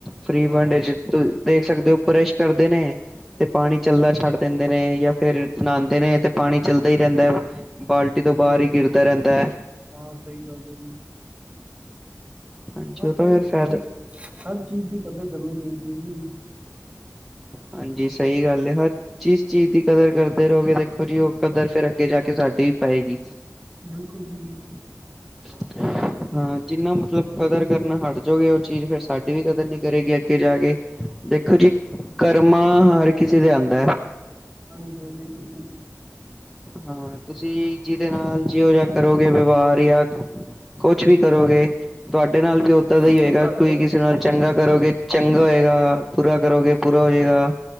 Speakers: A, in the centre; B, on the right.
A: ਫਰੀ-ਫੰਡ
B: ਹਾਂ
A: ਚ
B: ਬਿਲਕੁਲ
A: ਦੇਖ ਸਕਦੇ ਹੋ ਬਰਸ਼ ਕਰਦੇ ਨੇ ਤੇ ਪਾਣੀ ਚੱਲਦਾ ਛੱਡ ਦਿੰਦੇ ਨੇ ਜਾਂ ਫੇਰ ਨਹਾਦੇ ਨੇ ਤੇ ਪਾਣੀ ਚੱਲਦਾ ਹੀ ਰਹਿੰਦਾ ਹੈ ਬਾਲਟੀ ਤੋਂ
B: ਬਿਲਕੁਲ-ਬਿਲਕੁਲ,
A: ਬਾਹਰ ਹੀ ਗਿਰਦਾ ਰਹਿੰਦਾ ਹੈ
B: ਹਾਂ ਸਹੀ ਗੱਲ ਹੈ ਜੀ।
A: ਹਾਂਜੀ
B: ਹਾ,
A: ਉਹ ਤਾਂ
B: ਸਹੀ
A: ਫਿਰ
B: ਹੈਗਾ
A: ਫਾਇਦਾ
B: ਜੀ ਹਰ ਚੀਜ਼ ਦੀ ਕਦਰਰ ਕਰਨੀ ਚਾਹੀਦੀ ਹੈ ਜੀ।
A: ਹਾਂਜੀ, ਸਹੀ ਗੱਲ ਹੈ ਫਿਰ। ਜਿਸ ਚੀਜ਼ ਦੀ ਕਦਰ ਕਰਦੇ ਰਹੋਗੇ ਦੇਖੋ ਜੀ ਉਹ ਕਦਰ ਫਿਰ ਅੱਗੇ ਜਾ ਕੇ ਸਾਡੀ ਵੀ ਪਾਏਗੀ।
B: ਬਿਲਕੁਲ ਜੀ ਬਿਲਕੁਲ।
A: <inaudible> ਹਾਂ, ਜਿੰਨਾ ਮਤਲਬ ਕਦਰ ਕਰਨਾ ਹਟ ਜਾਓਗੇ, ਉਹ ਚੀਜ਼ ਫੇਿਰ ਸਾਡੀ ਵੀ ਕਦਰ ਨੀ ਕਰੇਗੀ ਅੱਗੇ ਜਾ ਕੇ। ਦੇਖੋ
B: ਹਾਂਜੀ
A: ਜੀ, ਕਰਮਾ ਹਰ ਕਿਸੇ ਦੇ ਆਂਦਾ।
B: ਹਾ ਫਿਰ ਬਿਲਕੁਲ ਜੀ।
A: ਹਾਂ, ਤੁਸੀਂ ਜਿਹਦੇ ਨਾਲ ਜਿਹੋ ਜਿਹਾ ਕਰੋਗੇ ਵਿਵਹਾਰ ਜਾਂ ਕੁਛ ਵੀ ਕਰੋਗੇ ਤੁਹਾਡੇ ਨਾਲ ਵੀ ਇਦਾਂ ਦਾ ਹੀ
B: ਉਹ
A: ਹੋਏਗਾ
B: ਤੁਹਾਡੇ
A: ਕੋਈ
B: ਵੱਲ
A: ਕਿਸੇ ਨਾਲ ਚੰਗਾ ਕਰੋਗੇ ਚੰਗਾ ਹੋਏਗਾ, ਬੁਰਾ ਕਰੋਗੇ ਬੁਰਾ ਹੋਏਗਾ।